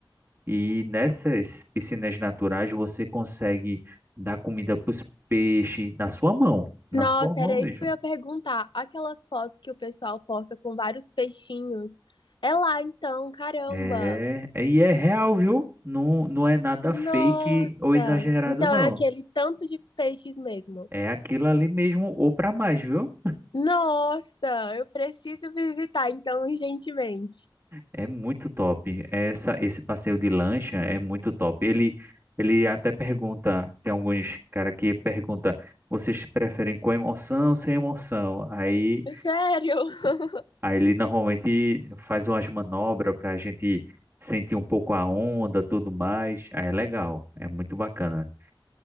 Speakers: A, on the right; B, on the left.
A: E nessas piscinas naturais você consegue dar comida para os peixes na sua mão. Na
B: Nossa,
A: sua mão
B: era
A: mesmo.
B: isso que eu ia perguntar. Aquelas fotos que o pessoal posta com vários peixinhos. É lá então, caramba.
A: É, é- e é real, viu? Não, não é nada
B: Nossa.
A: fake ou exagerado,
B: Então
A: não.
B: é aquele tanto de peixes mesmo.
A: É aquilo ali mesmo ou para mais, viu?
B: Nossa, eu preciso visitar então urgentemente.
A: É muito top. Essa, esse passeio de lancha é muito top. Ele, ele até pergunta, tem alguns cara que pergunta, vocês preferem com emoção ou sem emoção? Aí,
B: Sério? <laughs>
A: aí ele normalmente faz umas manobras para a gente sentir um pouco a onda, tudo mais. Aí é legal, é muito bacana.